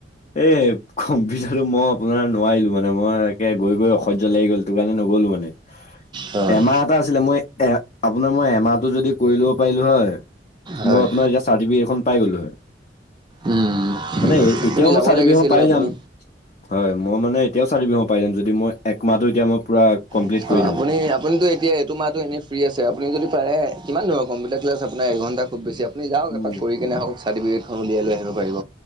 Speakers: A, on the left (about 40°); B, on the right (about 25°).
A: এই এ এ। কম্পিউটাৰটো মই আপোনাৰ নোৱাৰিলো মানে মই। তাকেহ গৈ গৈ অসহ্য লাগি গ'ল সেইটো কাৰণে নগ'লো মানে ই ই ই
B: হয়।
A: হা। এমাহ এটা আছিলে মই এ আপোনাৰ মই এমাহটো যদি কৰি ল'ব পাৰিলো হয়
B: হয়
A: মই আপোনাৰ ইয়াৰ চাৰ্টিফিকেটখন পাই গলোঁ হয়।
B: উম
A: মানে
B: আপুনি
A: এতিয়াও মই
B: যাব
A: চাৰ্টিফিকেট
B: লাগিছিল
A: খন পাই
B: আপুনি।
A: যাম। হয় মই মানে এতিয়াও চাৰ্টিফিকেটখন পাই যম যদি মই এক মাহটো এতিয়া মই পুৰা কমপ্লিট
B: অ
A: কৰি
B: অ অ,
A: দিওঁ।
B: আপুনি আপুনিতো এতিয়া এইটো মাহত তো এনে ফ্ৰী আছে আপুনি যদি পাৰে কিমান ধৰক কম্পিউটাৰ ক্লাছ আপোনাৰ এঘণ্টা খুব বেছি। আমি যাও
A: উম।
B: এপাক কৰি কিনে হওক চাৰ্টিফিকেটখন উলিয়াই লৈ আহিব পাৰিব